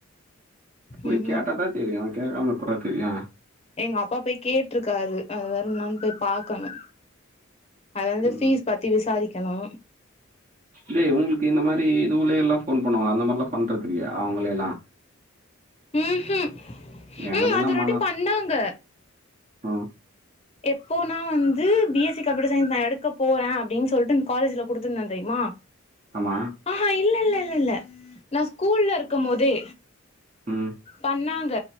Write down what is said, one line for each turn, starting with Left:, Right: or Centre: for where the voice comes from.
Right: போய்
Left: ம்
Right: கேட்டாதா
Left: ம்
Right: தெரியு கேக்காம எப்புறா தெரியு
Left: எங்க அப்பா போய் கேட்ருக்காரு அது வர என்னானு போய் பாக்கணு அது வந்து
Right: ம்
Left: ஃபீஸ் பத்தி விசாரிக்கணு
Right: டே உங்களுக்கு இந்த மாரி இதுலயல்லா போன் பண்ணுவாங்களா அந்த மாரில்லா பண்றதுல்லையா அவங்கள எல்லா
Left: ம் ம்
Right: எங்களுக்கெல்லாம்
Left: ம் அது ரொட்டி பண்ணாங்க
Right: ஆ
Left: எப்போனா வந்து பி எஸ் சி கப்யூட்டர் சயஸ் நா எடுக்க போறே அப்படின்னு சொல்லிட்டு இந்த காலேஜில குடுத்துருந்த தெரியுமா <inaudible>
Right: ஆமா
Left: ஆஹா இல்ல இல்ல இல்ல இல்ல நா ஸ்கூல்ல இருக்கும் போதே
Right: ம்
Left: பண்ணாங்க